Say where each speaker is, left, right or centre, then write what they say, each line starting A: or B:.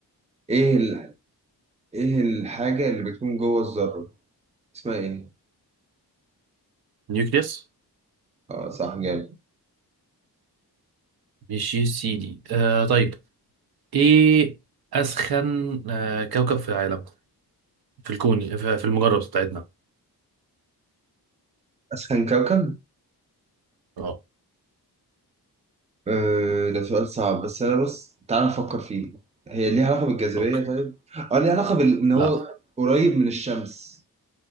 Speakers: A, on the right (about 15°); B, on the right (about 65°).
A: ايه ال... ايه الحاجة اللي بتكون جوه الذرة اسمها ايه
B: نيوكليوس
A: اه صح جامد
B: ماشي يا سيدي آه طيب إيه أسخن آه كوكب في العالم في الكون في في المجرة بتاعتنا
A: اسخن كوكب
B: اه
A: آه، ده سؤال صعب بس انا بص تعال نفكر فيه هي ليها علاقة بالجاذبية
B: اوكي
A: طيب اه ليها علاقة بال... ان هو
B: لا
A: قريب من الشمس